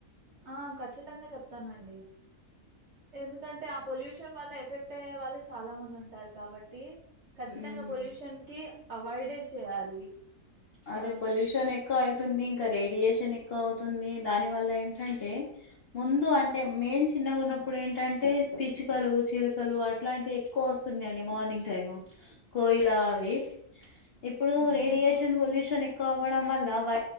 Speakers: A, on the right (about 60°); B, on the left (about 50°).
A: ఆ కఖచ్చితంగా చెప్త తానండి ఎందుకంటే ఆ పొల్యూషన్ వల్ల ఎఫెక్ట్ అయ్యే వాళ్ళు చాలా మంది ఉంటారు కాబట్టి ఖచ్చితంగ
B: ఉమ్.
A: పొల్యూషన్ కి అవాయిడె చేయాలి
B: అదే
A: ఆ
B: పొల్యూషన్ ఎక్కువ అయి తుంది ఇంకా రేడియేషన్ ఎక్కువ అవుతుంది దాని వల్ల ఏంటంటే ముందు అంటె మేం చిన్నగ ఉన్నప్పుడు ఏంటంటె పిచ్చుకలు చిలుకలు అట్లాంటివి ఎక్కువ వస్తున్నయి అండి మార్నింగ్ టైమ్ కోయిలా అవి ఇప్పుడు
A: మ్మ్
B: రేడియేషన్ పొల్యూషన్ ఎక్కువ అవ్వడం వల్ల వ